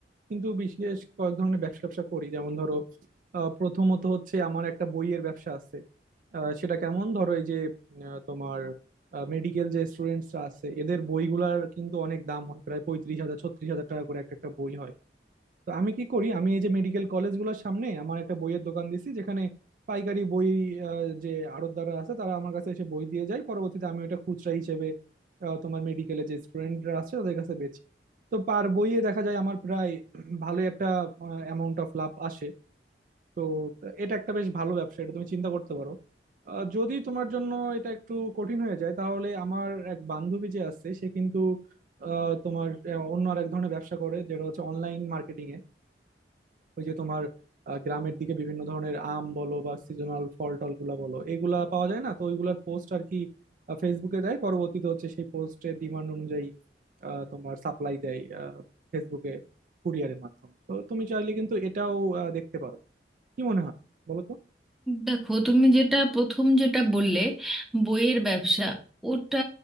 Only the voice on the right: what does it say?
কিন্তু বিশেষ কয়েক ধরনের ব্যবসা ব্যবসা করি যেমন ধরো আহ, প্রথমত হচ্ছে আমার একটা বইয়ের ব্যবসা আছে আহ, সেটা কেমন ধরো এই যে আহ, তোমার মেডিকেল যে স্টুডেন্টসরা আছে এদের বইগুলার কিন্তু অনেক দাম হয় প্রায় পঁয়ত্রিশ হাজার ছত্রিশ হাজার টাকা করে একটা একটা বই হয় তো আমি কি করি আমি এই যে মেডিকেল কলেজগুলোর সামনে আমার একটা বইয়ের দোকান দিছি যেখানে পাইকারি বই আহ, যে আড়তদাররা আছে তারা আমার কাছে এসে বই দিয়ে যায় পরবর্তীতে আমি ওটা খুচরা হিসেবে আহ, তোমার মেডিকেলে যে স্টুডেন্টরা আছে তাদের কাছে বেচি তো পার বইয়ে দেখা যায় আমার প্রায় ভালো একটা অ্যামাউন্ট অফ লাভ আসে তো এটা একটা বেশ ভালো ব্যবসা এটা তুমি চিন্তা করতে পারো আহ, যদি তোমার জন্য এটা একটু কঠিন হয়ে যায় তাহলে আমার এক বান্ধবী যে আছে সে কিন্তু আহ, তোমার আহ, অন্য আর এক ধরনের ব্যবসা করে যেটা হচ্ছে অনলাইন মার্কেটিং এ। ওই যে তোমার আহ, গ্রামের দিকে বিভিন্ন ধরনের আম বলো বা সিজনাল ফল টল গুলা বলো এগুলা পাওয়া যায় না তো ওইগুলার পোস্ট আর কি আহ, ফেসবুকে দেয় পরবর্তীতে হচ্ছে সেই পোস্টের ডিমান্ড অনুযায়ী আহ, তোমার সাপ্লাই দেয় আহ, ফেসবুকে কুরিয়ারের মাধ্যমে তো তুমি চাইলে কিন্তু এটাও আহ, দেখতে পারো কি মনে হয় বলো তো